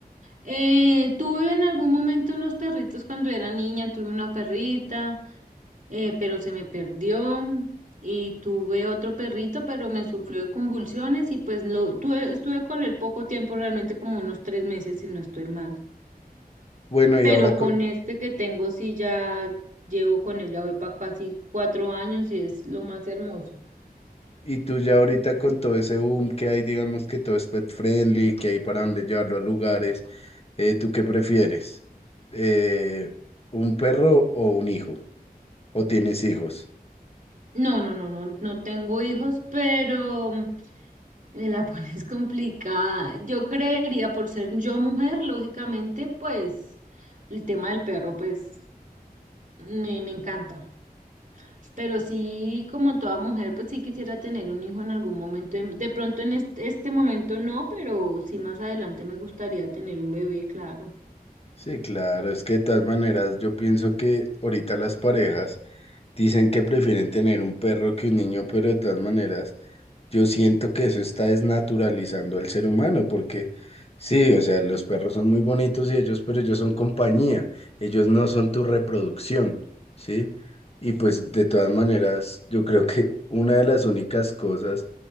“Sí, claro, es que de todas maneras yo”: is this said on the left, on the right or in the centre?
Left